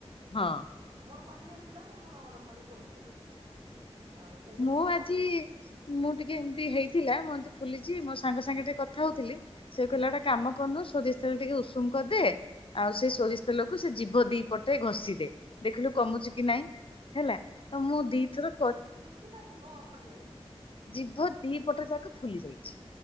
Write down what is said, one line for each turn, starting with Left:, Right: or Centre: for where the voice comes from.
Left: ହଁ
Right: ଆଜ୍ଞା ମୋର ମଝିରେ ହେଇଥିଲା ମୁଁ ଲୁଣ ଗରମ ପାଣି କୁଳୁ କୁଳୁ କଲି। ଆଉ ସେଇଥିରେ
Left: ମୁଁ
Right: ଟିକେ
Left: ଆଜି
Right: କମିଲା
Left: ମୁଁ ଟିକେ ଏମତି ହେଇଥିଲା ମତେ ଫୁଲିଚି ମୋ ସାଙ୍ଗ ସାଙ୍ଗେ ଟିକେ କଥା ହଉଥିଲି ସେ
Right: ଆଜ୍ଞା
Left: କହିଲା ଗୋଟେ କାମ କରନୁ ସୋରି ସେମିତି ଟିକେ ଉଷୁମ କରିଦେ ଆଉ
Right: ଆଜ୍ଞା
Left: ସେଇ ସୋରିଷ ତେଲକୁ ସେ ଜୀଭ ଦି ପଟେ ଘଷିଦେ ଦେଖିଲୁ କମୁଚି କି ନାଇଁ ହେଲା ତ ମୁଁ ଦିଇ ଥର କ
Right: ହେଇଚି ନା ଜିଭ ଖଣ୍ଡିଆ ହେଇଚି?
Left: ଜିଭ ଦିଇ ପଟ ଯାକ ଫୁଲି ଯାଇଚି।